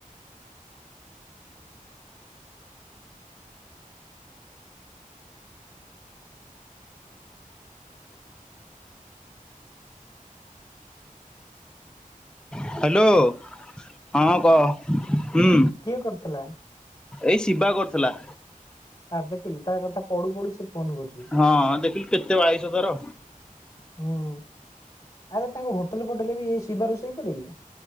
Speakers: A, in the centre; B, on the left.
A: ହ୍ୟାଲୋ ହଁ କହ ହୁଁ।
B: କିଏ କରିଥିଲା
A: ଏଇ ଶିବା କରୁଥିଲା।
B: ଆର୍ ଦେଖିଲୁ ତା କଥା ପଡ଼ୁ ପଡ଼ୁ ସେ ଫୋନ କରୁଛି।
A: ହଁ ଦେଖିଲୁ କେତେ ଆୟୁଷ ତାର।
B: ହୁଁ-ଉ-ଉ ଆରେ ତାଙ୍କ ହୋଟେଲେ ଫୋଟେଲେ ବି ଏଇ ଶିବା ରୋଷେଇ କରେ କି?